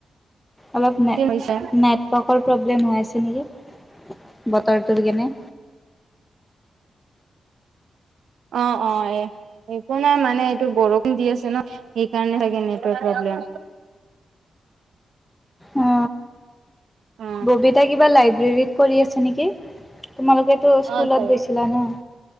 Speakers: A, in the centre; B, on the right.
A: অলপ নেট-নেটৱৰ্কৰ
B: হৈছে
A: প্ৰব্লেম হৈ আছে নেকি বতৰটোৰ কেনে।
B: অ', অ', এ একো নাই মানে এইটো বৰষুণ দি আছে ন সেইকাৰণে থাকে নেটৰ্ক প্ৰব্লেম।
A: অ
B: অ
A: ববিতা কিবা লাইব্ৰেৰীত কৰি আছে নেকি? তোমালোকেটো স্কুলত
B: অ চাগে
A: গৈছিলা ন।